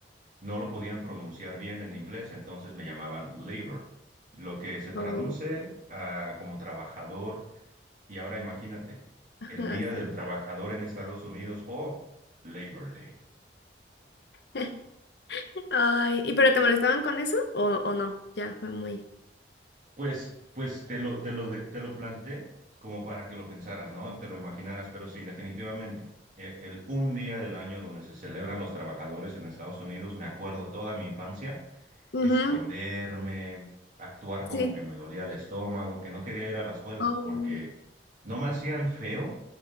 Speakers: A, on the right; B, on the left.
A: no lo podían pronunciar bien en inglés, entonces me llamaban labor, lo que se traduce
B: Oh,
A: a como trabajador. Y ahora imagínate,
B: ajá,
A: el Día del
B: sí.
A: Trabajador en Estados Unidos o Labor Day.
B: <laughs> Ay, ¿y pero te molestaban con eso o, o no? Ya fue muy.
A: Pues, pues te lo, te lo, de- te lo planteé como para que lo pensaras, ¿no? Te lo imaginaras, pero sí, definitivamente. El, el un día del año donde se celebran los trabajadores en Estados Unidos, me acuerdo toda mi infancia esconderme,
B: Ujú,
A: actuar como
B: Sí.
A: que me dolía el estómago, que no quería ir a la escuela,
B: Oh,
A: porque no me hacían feo,